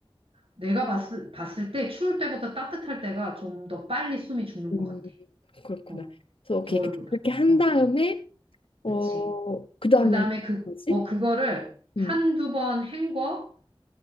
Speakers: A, on the right (about 75°); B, on the left (about 75°).
A: 내가 봤을, 봤을 때 추울 때보다 따뜻할 때가 좀 더 빨리 숨이 죽는
B: 음,
A: 것 같아.
B: 그렇구나.
A: 어,
B: 그래서 오케이
A: 겨울보다.
B: 그렇게 한
A: 어,
B: 다음에 어
A: 그치.
B: 그다음에
A: 그 다음에 그,
B: 뭐지?
A: 어, 그거를 한두
B: 음,
A: 번 헹궈,